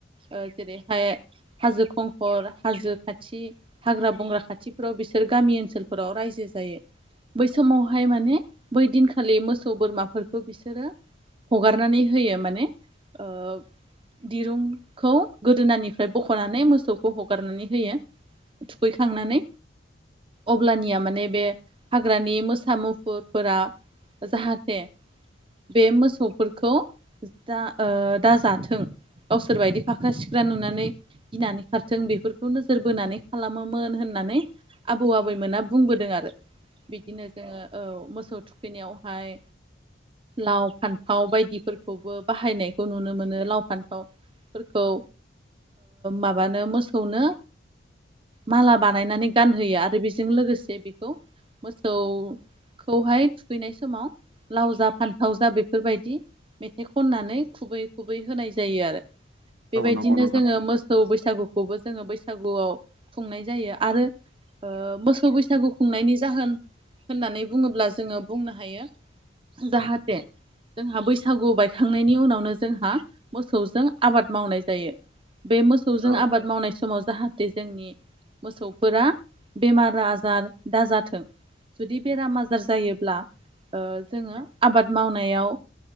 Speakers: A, on the right (about 25°); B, on the right (about 70°).
A: ओ जेरैहाय हाजो खंखर हाजो खाथि हाग्रा बंग्रा खाथिफोराव बिसोर गामि ओनसोलफोराव रायजो जायो बै समावहाय माने बै दिनखालि मोसौ बोरमाफोरखौ बिसोरो हगारनानै होयो माने ओ दिरुंखौ गोदोनानिफ्राय बख'नानै मोसौखौ हगारनानै होयो थुखैखांनानै अब्लानिया माने बे हाग्रानि मोसा मुफुरफोरा जाहाथे बे मोसौफोरखौ दा दाजाथों गावसोरबायदि फा <unintelligible> नोजोर बोनानै खालामोमोन होननानै आबौ आबैमोना बुंबोदों आरो बिदिनो जोङो औ मोसौ थुखैनायावहाय लाव फान्थाव बायदिफोरखौबो बाहायनायखौ नुनो मोनो लाव फान्थाव फोरखौ माबानो मोसौनो माला बानायनानै गानहोयो आरो बेजों लोगोसे बेखौ मोसौ खौहाय थुखैनाय समाव लाव जा फानथाव जा बेफोरबायदि मेथाइ खननानै खुबै खुबै होनाय जायो आरो बेबायदिनो
B: नंगौ नोंथां
A: जोङो मोसौ बैसागुखौबो जोङो बैसागुआव खुंनाय जायो आरो ओ मोसौ बैसागु खुंनायनि जाहोन होननानै बुङोब्ला जोङो बुंनो हायो जाहाथे जोंहा बैसागु बायखांनायनि उनावनो जोंहा मोसौजों आबाद मावनाय जायो बे मोसौजों
B: औ
A: आबाद मावनाय समाव जाहाथे जोंनि मोसौफोरा बेमार आजार दाजाथों जुदि बेराम आजार जायोब्ला ओ जोङो आबाद मावनायाव